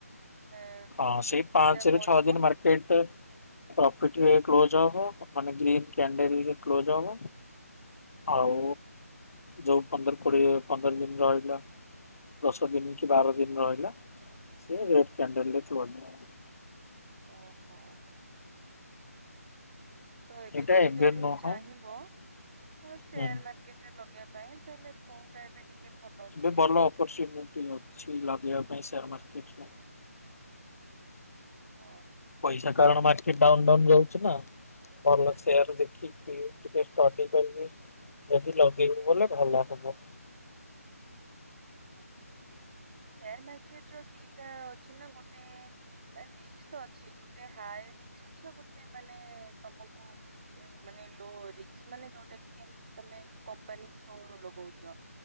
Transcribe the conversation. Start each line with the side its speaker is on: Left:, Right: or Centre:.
Right: ଏ
Left: ହଁ ସେଇ
Right: କିଛିଟା
Left: ପାଞ୍ଚରୁ
Right: ବଢିବ
Left: ଛଅ ଦିନ ମାର୍କେଟେ। ପ୍ରଫିଟି କ୍ଲୋଜ୍‌ ହବ ମାନେ ଗ୍ରୀନ କ୍ୟାଣ୍ଡେଲ କ୍ଲୋଜ ହବ। ଆଉ ଯୋଉ ପନ୍ଦର କୋଡିଏ ପନ୍ଦର ଦିନ ରହିଲା। ଦଶ ଦିନ କି ବାର ଦିନ ରହିଲା ସେ ରେଡ୍‌ କ୍ୟାଣ୍ଡେଲରେ ତୁଳ ନିୟ।
Right: ଓହୋ। ତ ଏବେ
Left: ଏଇଟା
Right: ଯଦି ଜଣେ
Left: ନୁହଁ
Right: ଚାହିଁବ ତ ସେୟାର
Left: ହୁଁ
Right: ମାର୍କେଟ ଟ୍ରେ ଲଗେଇବା ପାଇଁ ତାହେଲେ କୋଉଟା ଏବେ ଟିକେ ଭଲ ଅଛି?
Left: ଏବେ ଭଲ ଅପରଚୁନିଟି ଅଛି ଲଗେଇବା ପାଇଁ ସେୟାର ମାର୍କେଟରେ।
Right: ଅ।
Left: ପଇସା କାରଣ ମାର୍କେଟ ଡାଉନଡାଉ ଯାଉଛି ନା ଭଲ
Right: ହୁଁ
Left: ସେୟାର
Right: ହୁଁ
Left: ଦେଖି ଟିକେ ଷ୍ଟଡି କରିକି ଯଦି ଲଗେଇବୁ ବୋଲେ ଭଲ ହବ।
Right: ଓହୋ ସେୟାର ମାର୍କେଟ ର ଦିଟା ଅଛି ନା ଗୋଟେ ମାନେ ରିକ୍ସ୍ତ ଅଛି ଗୋଟେ ହାଇ ରିକ୍୍ସ ଆଉ ଗୋଟେ ମାନେ ତମକୁ ମାନେ ଲୋ ରିକ୍ସ୍ର ମାନେ ଯୋଉଟା କି ତମେ କମ୍ପାନୀଥ୍ରୋ ରେ ଲଗଉଚ଼।